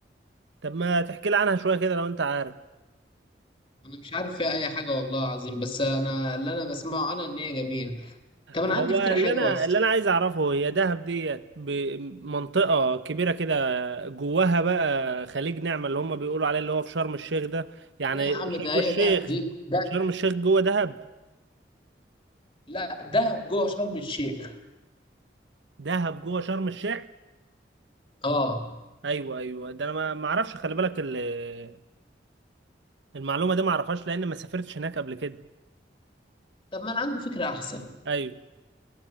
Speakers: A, on the right (about 80°); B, on the left (about 30°).
A: طب ما تحكي لي عنها شويه كده لو انت عارف
B: انا مش عارف فيها اي حاجة والله العظيم بس انا اللي انا بسمعه انا ان هي جميلة طب انا
A: هو
B: عندي فكرة
A: اللي
B: حلوة
A: انا
B: اصلا
A: اللي انا عايز اعرفه هي دهب ديت ب- منطقه كبيره كده جواها بقى خليج نعمه اللي هم بيقولوا عليه اللي هو في شرم الشيخ ده يعني
B: لا يا عم
A: شرم
B: ده هي
A: الشيخ
B: دهب دي ده
A: شرم الشيخ جوه دهب
B: لا دهب جوه شرم الشيخ
A: دهب جوه شرم الشيخ
B: اه
A: ايوه ايوه ده انا ما ما اعرفش خلي بالك ال- المعلومه دي ما اعرفهاش لان ما سافرتش هناك قبل كده
B: طب ما انا عندي فكرة احسن
A: ايوه